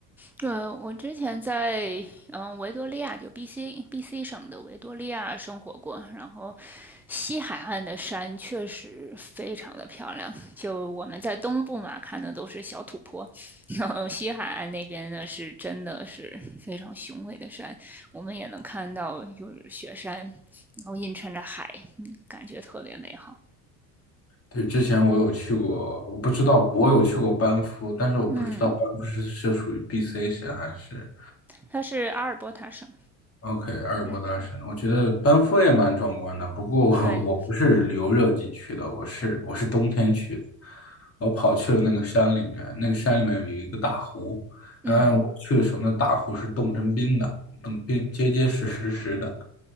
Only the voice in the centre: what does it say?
对，我之前在嗯维多利亚，就 B.C. B.C. 省的维多利亚生活过，然后西海岸的山确实非常的漂亮。就我们在东部嘛，看的都是小土坡，然后西海岸那边呢是真的是非常雄伟的山，我们也能看到就是雪山，然后映衬着海，嗯感觉特别美好。
嗯，
它是阿尔伯塔省。
嗯，
对，
嗯